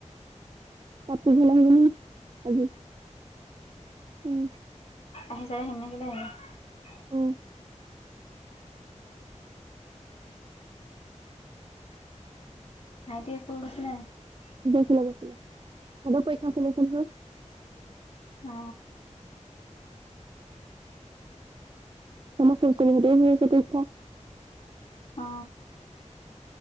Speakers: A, on the right (about 40°); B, on the left (about 55°).
A: পাপু ঘলে আহিব নেকি আজি উম
B: আহ চাৰে হেনে গলে আহ
A: উম
B: ভাইটিয়ে ফন কৰিছিলে নাই
A: গৈছিলে গৈছিলে সেতও পইক্ষা চলি আছে নহয়
B: অ
A: তমাৰ ফচ দেছে
B: অ